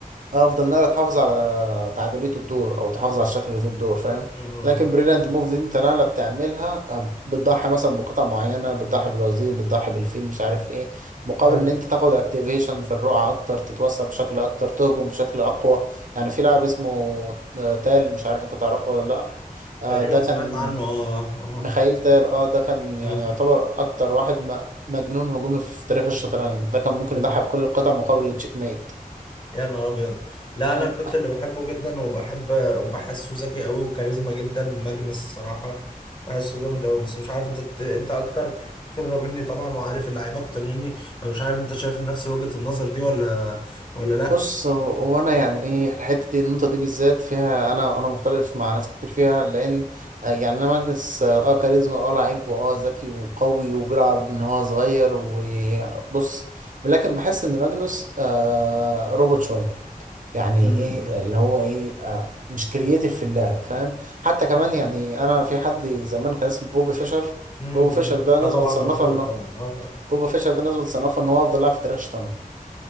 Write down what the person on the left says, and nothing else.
مم، مم.
آه.
تقريبا
سمعت عنه اه
اه
آه.
يا نهار ابيض لا
انا كنت اللي بحبه جدا وبحب وبحسه ذكي قوي وكاريزما جدا ماجنس الصراحه بحسه جامد قوي بس مش عارف انت بت- انت اكتر خبره مني طبعا وعارف اللعيبه اكتر مني فمش عارف انت شايف نفس وجهه النظر دي ولا ولا لا
امم
امم
اه طبعا
مشهور
طبعا اه آه.